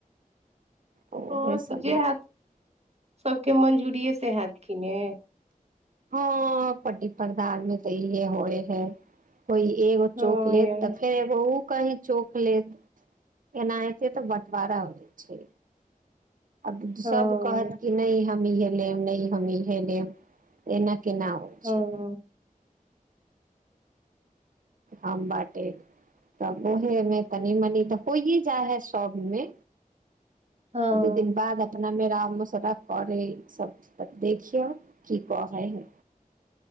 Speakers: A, on the right; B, on the right.
A: उहे
B: हँ
A: सबमे
B: त जे हैत सभके मंजूरिए से हैत कि ने
A: हँ पड्डी पदाल मे तऽ इहे होए है कोय एगो
B: हँ
A: चौक लेट
B: यै
A: तऽ फेर उ कही चोक लेत एना हेतै तऽ बँटवारा हो जा छै आब
B: हँ
A: सभ कहत कि नहि हम इहे लेब नय हमी हे लेब एना केना होइ
B: हँ
A: छै हम बाटे तब उहेमे तनि मनि तऽ होइए जाइ हइ सभमे
B: हँ
A: दू दिन बाद मे राम मु सटाके ई सब देखियौ की कहे है